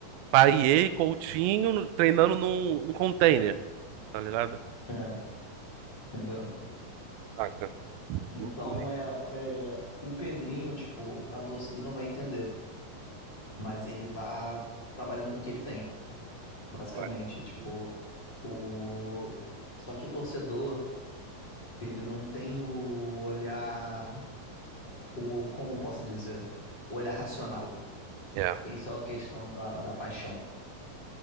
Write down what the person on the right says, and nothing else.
Paier, e Coutinho no- treinando num, num container, tá ligado?
Saca?
Loucura.
vai.
Uhum.
É,